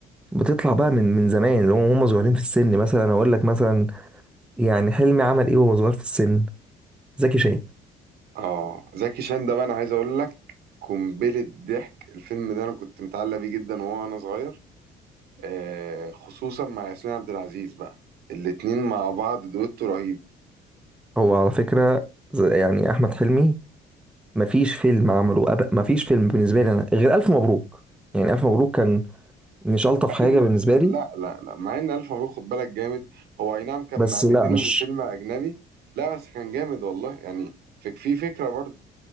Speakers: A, in the centre; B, on the right.
A: بتطلع بقى من من زمان اللي هم صغيرين في السن مثلا اقول لك مثلا يعني حلمي عمل ايه وهو صغير في السن زكي شان
B: اه زكي شان ده بقى انا عايز اقول لك قنبلة ضحك الفيلم ده انا كنت متعلق بيه جدا وهو انا صغير آه خصوصا مع ياسمين عبد العزيز بقى الاتنين مع بعض دويتو رهيب
A: هو على فكره ز- يعني احمد حلمي مفيش فيلم عمله أب... مفيش فيلم بالنسبه لي انا غير الف مبروك يعني الف مبروك كان مش الطف
B: مع
A: حاجه
B: إن-
A: بالنسبه لي
B: لا لا لا مع ان الف مبروك خد بالك جامد هو اي نعم كان
A: بس
B: مقلدينه
A: لا مش
B: من فيلم اجنبي لا بس كان جامد والله يعني فك- في فكرة برضه